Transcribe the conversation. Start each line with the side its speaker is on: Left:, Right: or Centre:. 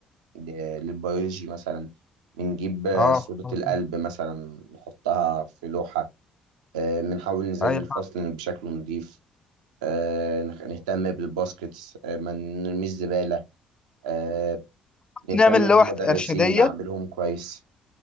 Right: ل... للبيولوجي مثلا بنجيب آه،
Left: اه
Right: صورة
Left: مظبوط.
Right: القلب مثلا نحطها في لوحة آه، بنحاول نزين
Left: ايوه
Right: الفصل بشكل نظيف آه، نخ- نهتم بالباسكتس آه، ما نرميش زبالة آه، نهتم
Left: بنعمل
Right: بالمدرسين
Left: لوح ارشاديه
Right: نعملهم كويس